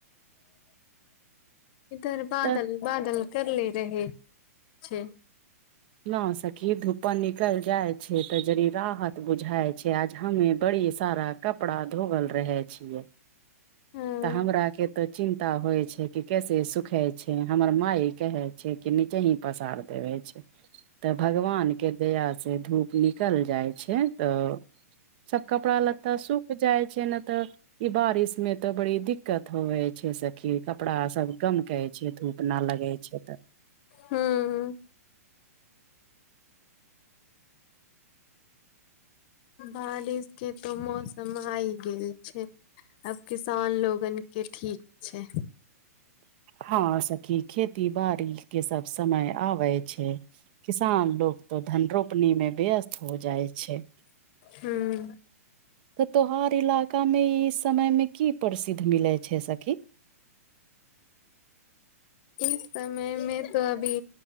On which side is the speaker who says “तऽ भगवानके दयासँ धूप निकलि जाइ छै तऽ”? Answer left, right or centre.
Right